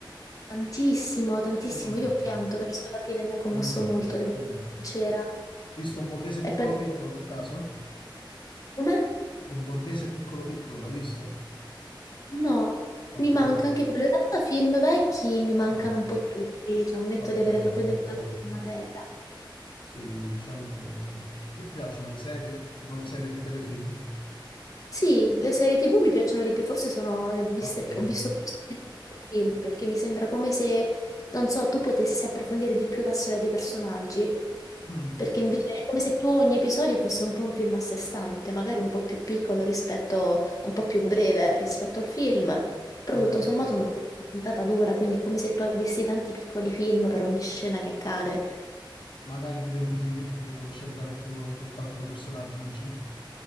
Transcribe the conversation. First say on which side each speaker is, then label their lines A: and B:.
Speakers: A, on the left; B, on the left.
A: Tantissimo, tantissimo.
B: Mm,
A: Io ho pianto verso la fine, mi ha commosso
B: mm,
A: molto, devo essere
B: mm.
A: sincera.
B: Hai visto un borghese
A: E
B: piccolo
A: per...
B: piccolo per caso?
A: Come?
B: Un borghese piccolo piccolo, l'hai visto?
A: No,
B: Ok,
A: mi
B: que-
A: manca anche quello. In realtà film vecchi mi mancano
B: sì,
A: un po' tutti, cioè ammetto
B: ok,
A: di avere proprio delle
B: ok.
A: lacune in materia.
B: Sì, diciamo che... Che ti piacciono le serie? Tipo le serie di telefilm?
A: Sì, le serie TV mi piacciono di più, forse sono, le ho viste-
B: Ok.
A: ho visto più serie TV che film, perché mi sembra come se, non so, tu potessi approfondire di più la storia dei personaggi,
B: Mm.
A: perché invece è come se tu ogni episodio fosse un po' un film a sé stante, magari un po' più piccolo rispetto, un po' più breve rispetto al film, però
B: Va
A: tutto
B: bene.
A: sommato una puntata dura, quindi è come se tu avessi tanti piccoli film per ogni scena che accade.
B: Magari ti identifichi di più, riesci a entrare più in contatto con i personaggi, dici?